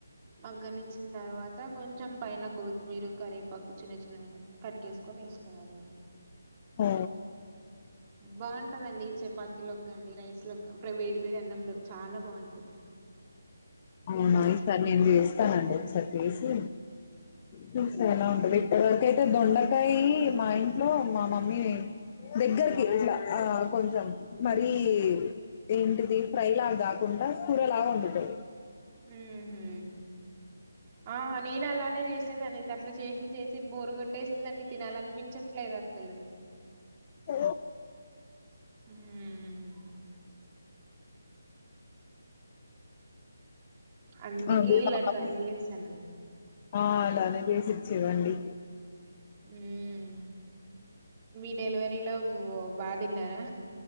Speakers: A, on the right; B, on the left.
A: మగ్గని ఇచ్చిన తర్వాత కొంచెం పైన కొత్తిమీర కరివేపాకు చిన్న చిన్నగా కట్ చేసుకొని వేసుకోవాలండి.
B: ఆ
A: బాగుంటందండి చపాతీలోకి గాని రైస్ లో అక్కడ వేడి వేడి అన్నంలోకి చాలా బాగుంటది
B: అవునాయి సార్ నేను చేస్తానండి ఒకసారి చేసి, చూస్తే ఎలా ఉంటుంది ఇప్పటివరకు అయితే దొండకాయి మా ఇంట్లో మా మమ్మీ దగ్గరికి ఇట్లా ఆ కొంచెం మరి ఏంటిది ఫ్రై లాగా గాకూ ఉంట సురలా గా హా
A: మ్మ్ హు ఆ నేను అలానే చేసేదాన్నిది అట్లా చేసి చేసి బోరు కొట్టేసిందండి తినాలనిపించట్లేదు అసలు
B: అ
A: హుమ్మ్ అందుకే
B: అది
A: ఇలా
B: మా మమ్మీ
A: ట్రై చేశానండి
B: ఆ అలానే చేసిచ్చేవండి
A: మ్మ్ మీ డెలివరీలో బా తిన్నారా